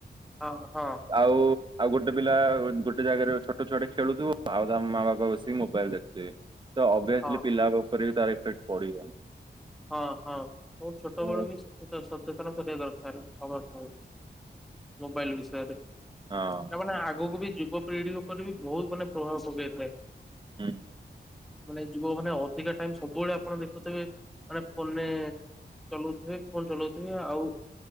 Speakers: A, in the centre; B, on the right.
A: ହଁ ହଁ
B: ଆଉ ଆଉ ଗୋଟେ ପିଲା ଗୋଟେ ଜାଗାରେ ଛୋଟ ଛୁଆଟେ ଖେଳୁଥିବ, ଆଉ ତା ମା ବାପା ବସିକି ମୋବାଇଲ ଦେଖୁଥିବେ। ତ ଅଭିଅସଲି
A: ହଁ
B: ପିଲା ଉପରେ ବି ତାର ଇଫେକ୍ଟ ପଡିବ।
A: ହଁ ହଁ ବହୁ ଛୋଟବେେଳୁ
B: ହଁ
A: ବି ସଚେତନ କରିବା ଦରକାର। <unintelligible> ମୋବାଇଲ ବିଷୟରେ ତାମାନେ
B: ହଁ
A: ଆଗକୁ ବି ଯୁ ଯୁବ ପିଢି ଉପରେ ବି ବହୁତ ମାନେ ପ୍ରଭାବ ପକାଇଥିଏ।
B: ହୁଁ।
A: ମାନେ ଯୁବ ମାନେ ଅଧିକା ଟାଇମ ସବୁବେଳେ ଆପଣ ଦେଖୁଥିବେ ମାନେ ଫୋନ୍ ରେ ଚଲଉଥିବେ ଫୋନ ଚଲଉଥିବେ ଆଉ